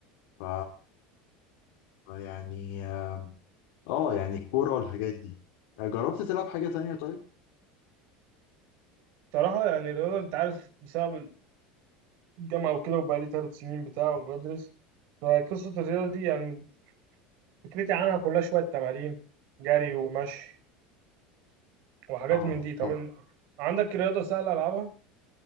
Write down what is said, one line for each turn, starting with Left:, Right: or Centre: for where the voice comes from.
Left: ف يعني اه يعني الكورة والحاجات دي آه، جربت تلعب حاجة تانية طيب؟
Right: بصراحه يعني الرياضه انت عارف بسبب الجامعة وكده وبقالي ثلاث سنين بتاع وبدرس فقصة الرياضة دي يعني فكرتي عنها كلها شوية تمارين جري ومشي وحاجات
Left: اه
Right: من دي طب
Left: طب
Right: إن- عندك رياضة سهلة ألعبها